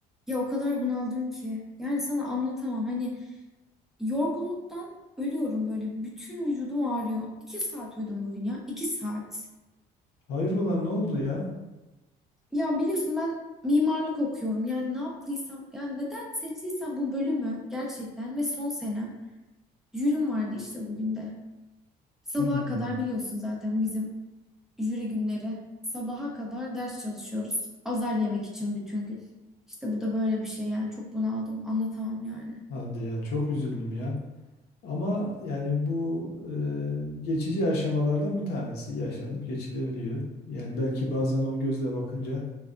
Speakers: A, in the centre; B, on the left.
A: Ya o kadar bunaldım ki. Yani sana anlatamam. Hani yorgunluktan ölüyorum böyle. Bütün vücudum ağrıyor. İki saat uyudum bugün ya. İki saat.
B: Hayrola ne oldu ya?
A: Ya biliyorsun ben mimarlık okuyorum. Yani ne yaptıysam, yani neden seçtiysem bu bölümü gerçekten ve son senem jürim vardı işte bugün de. Sabaha
B: Hmm,
A: kadar biliyorsun zaten bizim jüri günleri. Sabaha kadar ders çalışıyoruz. Azar yemek için bütün gün. İşte bu da böyle bir şey yani çok bunaldım. Anlatamam yani.
B: hadi ya çok üzüldüm ya. Ama yani bu e, geçici aşamalardan bir tanesi yaşanıp geçilebiliyor. Yani belki bazen o gözle bakınca